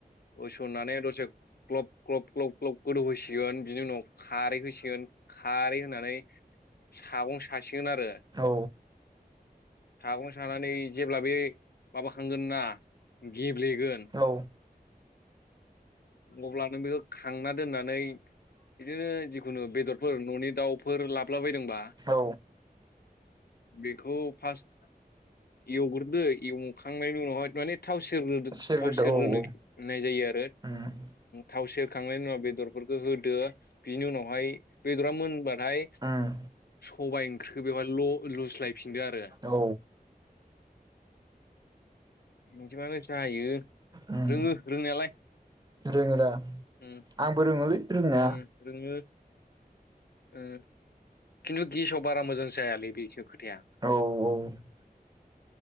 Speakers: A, on the left (about 80°); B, on the right (about 25°).
A: ओइ सननानै दसे ग्लब ग्लब ग्लब ग्लब गोदौ होसिगोन बिनि उनाव खारै होसिगोन खारै हो नै सागं सासिगोन आरो
B: औ
A: सागं सानानै जेब्ला बे माबाखांगोन ना गेब्लेगोन
B: औ
A: अब्ला नों बेखौ खांना दोननानै बिदिनो जि खुनु बेदरफोर ननि दाउफोर लाबोलाबायदोंबा
B: औ
A: बेखौ फास्त एवग्रोदो एवखांनायनि उनावहाय माने थाव सेरग्रो
B: सेरग्रोदो
A: थाव सेर ग्रो नो होननाय जायो आरो
B: औ उम
A: थाव सेर खांनायनि उनाव बेदरफोरखौ होदो बिनि उनावहाय बेदरा मोनबा हाय
B: उम
A: सबाय ओंख्रिखौ बेहाय ल' लुस्लाय फिनदो आरो
B: औ
A: बिदिबानो जायो।
B: उम
A: रोङो रोंनायालाय
B: रोङो दा
A: उम
B: आंबो रोङोलै रोंनाया
A: उम रोङो ओ खिन्थु गेसाव बारा मोजां जायालै बे सो खो खोथाया
B: औ औ